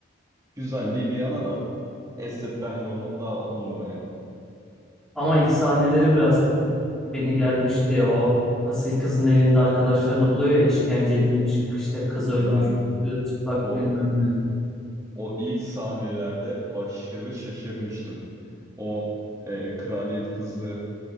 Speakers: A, on the right; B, in the centre.
A: Güzelliği bir yana da estet bence ondan daha on numara yani.
B: Ama ilk sahneleri biraz beni germişti. O asil kızın evinde arkadaşlarını buluyor ya işkence edilmiş, işte kız ölmüş,
A: Ben
B: çıplak
A: o
B: bilmem ne.
A: O ilk sahnelerde aşırı şaşırmıştım. O e, kraliyet kızı